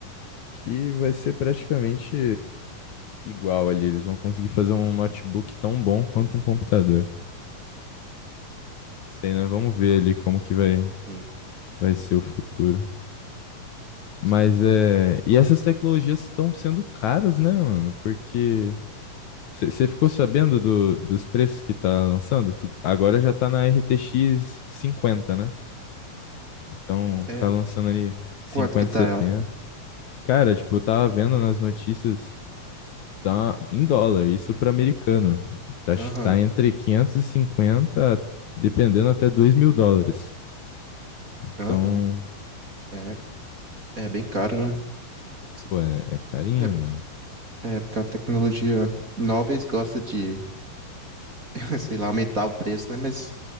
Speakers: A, on the left; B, on the right.
A: que vai ser praticamente igual ali. Eles vão conseguir fazer um notebook tão bom quanto um computador. Sei, né? Vamos ver ali como que vai,
B: Sim,
A: vai ser o futuro. Mas
B: sim.
A: é. E essas
B: É,
A: tecnologias estão sendo caras, né, mano? Porque. Você ficou
B: sim.
A: sabendo do, dos preços que tá lançando? Que agora já tá na RTX cinquenta né? Então,
B: É,
A: tá lançando ali cinquenta
B: quanto que tá
A: setenta
B: ela?
A: Cara, tipo, eu tava vendo nas notícias, tá em dólar, isso pra americana. Tá,
B: Aham,
A: ch- tá entre quinhentos e cinquenta dependendo até dois mil dólares. Então,
B: aham. É, é bem caro, né? Sim.
A: pô, é, é carinho,
B: É,
A: mano.
B: é porque a tecnologia nova eles gostam de, <laughs> sei lá, aumentar o preço, né? Mas,